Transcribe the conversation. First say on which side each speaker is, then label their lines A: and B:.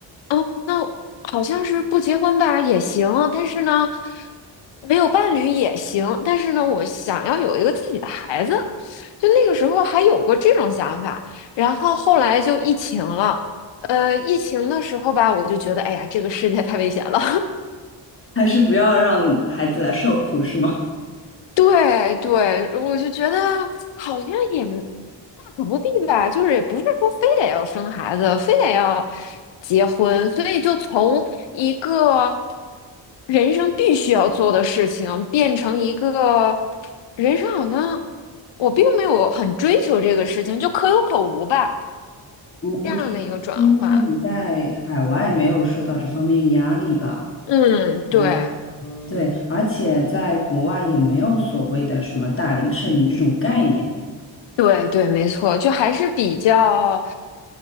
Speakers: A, on the left (about 70°); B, on the left (about 30°).
A: 嗯，那好像是不结婚吧也行，但是呢，没有伴侣也行，但是呢，我想要有一个自己的孩子，就那个时候还有过这种想法，然后后来就疫情了，呃，疫情的时候吧，我就觉得，哎呀，这个世界太危险了。
B: 还是不要让孩子来受苦，是吗？
A: 对对，我就觉得好像也大可不必吧，就是也不是说非得要生孩子，非得要结婚，所以就从一个人生必须要做的事情，变成一个人生好像我并没有很追求这个事情，就可有可无吧，
B: 我我觉得还是因为你在海外没有受到这方面压力吧。
A: 这样的一个转换。嗯，
B: 哎，
A: 对，
B: 对，而且在国外也没有所谓的什么大龄剩女这种概念，
A: 对对，没错，就还是比较，